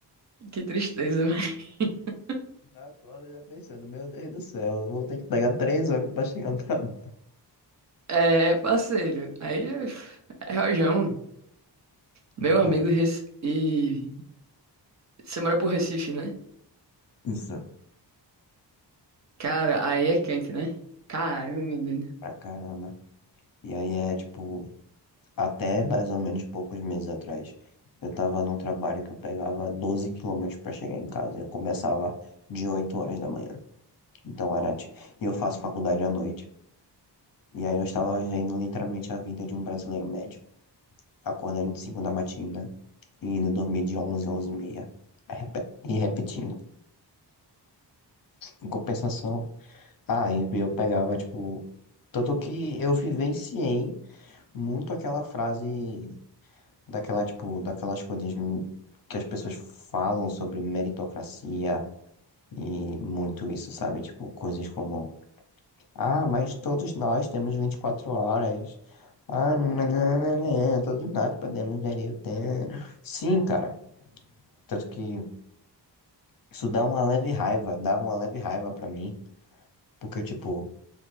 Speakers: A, on the right (about 40°); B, on the left (about 55°).
A: Que tristeza, velho. <laughs>
B: Já acorda já pensando, meu Deus do céu, eu vou ter que pegar três horas pra chegar no trabalho.
A: É, parceiro. Aí é, é rojão. Meu
B: Então,
A: amigo Rec... e você mora pro Recife, né?
B: isso,
A: Cara, aí é quente, né? Caramba, meu deus.
B: pra caramba. E aí é tipo, até mais ou menos poucos meses atrás, eu tava num trabalho que eu pegava 12 quilômetros pra chegar em casa. Eu começava de 8 horas da manhã. Então era, ti- e eu faço faculdade à noite. E aí eu estava vivendo literalmente a vida de um brasileiro médio. acordando de 5 da matina e indo dormir de 11 a 11 e meia. É Repe- E repetindo. Em compensação, ah, e eu pegava, tipo. Tanto que eu vivenciei muito aquela frase daquela, tipo, daquelas coisas que as pessoas falam sobre meritocracia e muito isso, sabe? Tipo, coisas como, ah, mas todos nós temos 24 horas. Ah, nananana, todos nós podemos gerir o tempo. Sim, cara. Tanto que Isso dá uma leve raiva, dava uma leve raiva pra mim, porque, tipo,